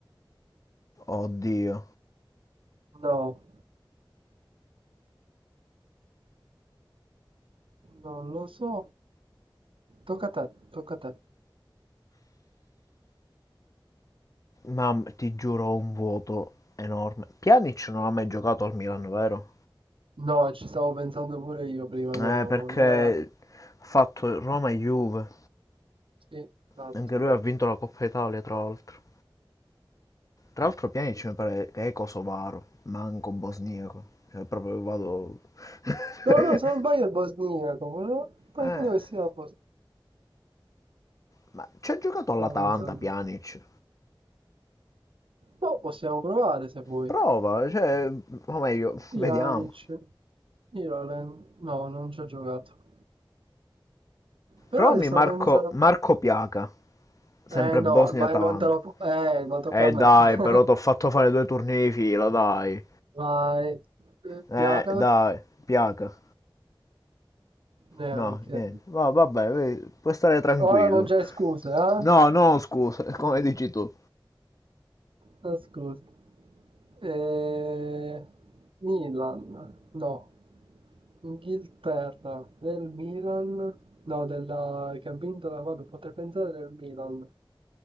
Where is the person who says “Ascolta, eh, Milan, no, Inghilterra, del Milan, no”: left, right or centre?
Right